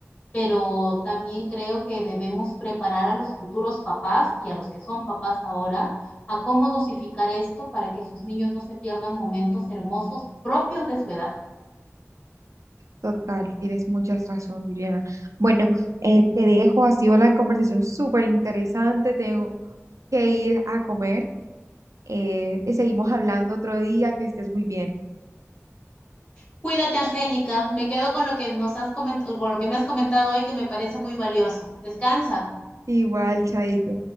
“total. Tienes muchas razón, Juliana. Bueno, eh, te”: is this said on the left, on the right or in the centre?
Right